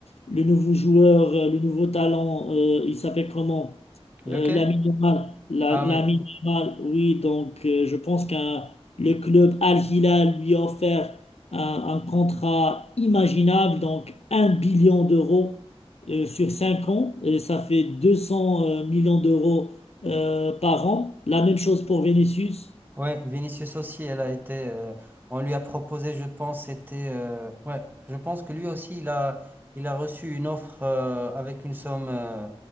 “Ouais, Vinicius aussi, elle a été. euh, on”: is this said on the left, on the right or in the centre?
Right